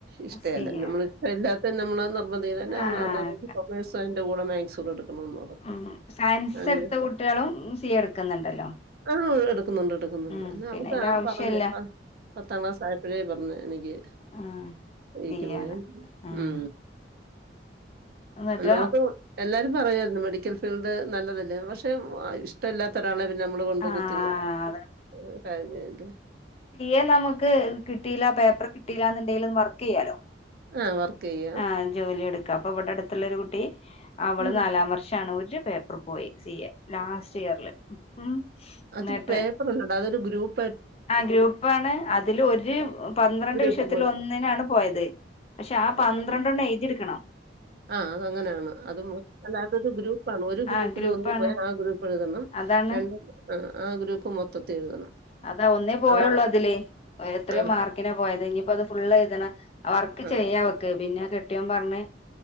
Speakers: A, on the right; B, on the left.
A: ഇഷ്ടേല്ല
B: സി
A: നമ്മള്
B: എ
A: എല്ലാത്തിനും നമ്മള് നിർമ്പന്ധിക്കന്നമ്മളെ
B: ആഹ്
A: <unintelligible> അയിൻ്റെ കൂടെ മാക്സുടെ എടുക്കണന്ന് പറഞ്ഞു
B: മ് സയൻസ്
A: അങ്ങനെ
B: എടുത്ത കുട്ടികളും സി എ എടുക്കുന്നുണ്ടല്ലോ
A: ആ എടുക്കുന്നുണ്ട് എടുക്കുന്നുണ്ട്
B: ഉം പിന്നെ
A: അവൾക്ക്
B: അയിന്റെ
A: അ
B: ആവശ്യല്ല
A: പറഞ്ഞു പത്താം ക്ലാസ്സ് ആയ ഇപ്പോഴേ പറഞ്ഞ് എനിക്ക്
B: ഉം
A: എനിക്ക്
B: സിയാണ്
A: പോയാ
B: ഉം
A: മ്
B: എന്നിട്ട്
A: നമുക്ക് എല്ലാരും പറയാർന്നു മെഡിക്കൽ ഫീൽഡ് നല്ലതല്ലെ പക്ഷെ ഇഷ്ടല്ലാത്ത ഒരാളെ നമ്മള് കൊണ്ട്
B: ആഹ്
A: കുത്തിന്ന് <unintelligible>
B: സീ എ നമുക്ക് കിട്ടിയില്ല പേപ്പർ കിട്ടിയിലാന്ന്ണ്ടെങ്കിൽ വർക്ക് ചെയ്യാലോ
A: ആ വർക്ക് ചെയ്യാം.
B: ആഹ് ജോലി എടുക്കാം അപ്പൊ ഇവിടെ അടുത്തുള്ളൊരു കുട്ടി അവള്
A: മ്മ്.
B: നാലാം വർഷാണ് ഒരു പേപ്പർ പോയി സി എ ലാസ്റ്റ് ഇയറില് ഉം
A: അത്
B: എന്നിട്ട്
A: <unintelligible> അതൊരു ഗ്രൂപ്പ്
B: ആ ഗ്രൂപ്പാണ് അതില് ഒരു പന്ത്രണ്ട്
A: ഗ്രൂപ്പ്
B: വിഷയത്തിൽ
A: പോയി.
B: ഒന്നിനാണ് പോയത് പക്ഷെ ആ പന്ത്രണ്ടെണ്ണം എയിതിയെടുക്കണം
A: ആ അതങ്ങനെയാണ് അതും അത് ഒരു ഗ്രൂപ്പാണ് ഒരു ഗ്രൂപ്പിൽ
B: ആ ഗ്രൂപ്പാണ്
A: ഒന്നു പോയ ആ ഗ്രൂപ്പ് എഴുതണം
B: അതാണ്
A: രണ്ടു ആഹ് ഗ്രൂപ്പ് മൊത്തത്തിൽ എഴുതണം
B: അതാ ഒന്നേ പോയൊള്ളൂ
A: അതാ
B: അതില് എത്രയോ
A: ആ
B: മാർക്കിനാ പോയത് ഇനിയിപ്പോ അത് ഫുള്ള് എഴുതണം വർക്ക്
A: ആ
B: ചെയ്യാ ക്ക് പിന്നെ കെട്ടിയോൻ പറഞ്ഞ്